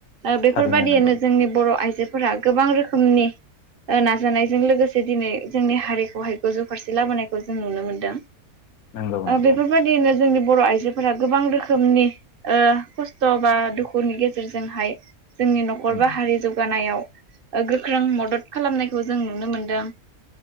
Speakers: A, on the right (about 45°); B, on the left (about 80°).
A: ओ बेफोरबायदियैनो
B: थारैनो नंगौ
A: जोंनि बर' आइजो आइजोफोरा गोबां रोखोमनि ओ नाजानायजों लोगोसे दिनै जोंनि हारिखौहाय गोजौ फारसे लाबोनायखौ जों नुनो मोनदों ओ
B: नंगौ नंगौ
A: बेफोरबायदिनो जोंनि बर' आइजोफोरा गोबां रोख खोमनि ओ खस्थ' बा दुखुनि गेजेरजोंहाय जोंनि न'खर
B: औ
A: बा हारि जौगानायाव ओ गोख्रों मदद खालामनायखौ जों नुनो मोनदों